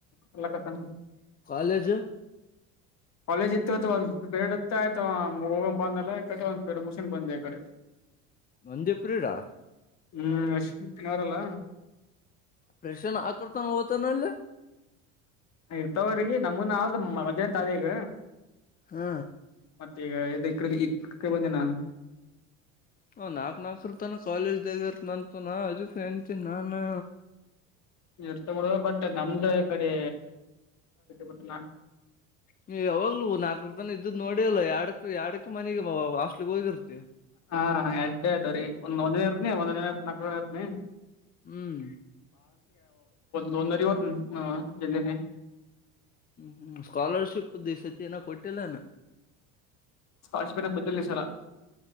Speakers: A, on the left; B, on the left.
A: ಕಲ್ಲಕತ
B: ಕಾಲೇಜ್
A: ಕಾಲೇಜ್ ಇತ್ತು ಆ ಒಂದ್ ಪೇರಡ್ ಇತ್ತ ಆಯ್ತ ಹೋಗ ಬಂದಲ್ಲಕಡೆ ಒಂದ ಪೇರಡ್ ಮಷಿನ್ ಬಂದ್ ಈ ಕಡೆ
B: ನಂದೇಪುರೀರ
A: ಹ್ಮ್ ಅಶ್ಾರಲ್ಲ
B: ಪ್ರಷರ್ನ ಆಕರ್ತಾನ ಹತನೆಲ್ಲ
A: ಇರ್ತವ್ರಿಗೆ ನಮನ್ ಆದ ಮಧ್್ಯಾಹನ ತಾಲ ಈಗ
B: ಹಾ
A: ಮತ್ತ ಈಗ ಇಡೆ ಬಂದೆ ನಾನ್ು
B: ಹ ನಾಕ್ ನಾಲ್ಕರು ತನ ಕಾಲೇಜ್ದಾಗ ಇರ್ತನಂತನ ಅದಕ್ಕೆ ಂತೀಿ ನಾನು
A: ಇಡ್ತಗಡುದು ಬಟ್ ನಮ್ದ ಕಡೆ ಬಟ್ ನಾ
B: ನೀ ಯಾವಾಗಲೂವು ನಾಲ್ಕರ ತನ ಇದ್ದು ನೋಡಿಲ್ಲ ಯರಡಕ್ಕ ಯರಡಕ್ಕ ಮನೆಗೆ ಹಾಸ್ಟ್ಲಿಗ್ ಹೋಗಿರ್ತ್ತತಿ
A: ಹಾ ಎಡ್ ಎಡ್ ರೀಂದ ಒಂದ್ ಜನ ಇರ್ತನಿ ಒಂದನ ಇರ್ ನಾಕ ಜನ ಇರ್ತನಿ
B: ಹ್ಮ್
A: ಲೋಂದರಿ ಹೊತ್ ಜಲ್ಲಿ
B: ಹ್ಮ್್ಮ್ ಸ್ಕಾಲರ್ಶಿಪ್ ದ ಸತಿ ಏನ ಕೊಟ್ಟಿಲ್ಲನ
A: ಸ್ಕಾಲರ್ಷಿಪ್ ಏನ ಬಂದಲ್ಲ ಸರ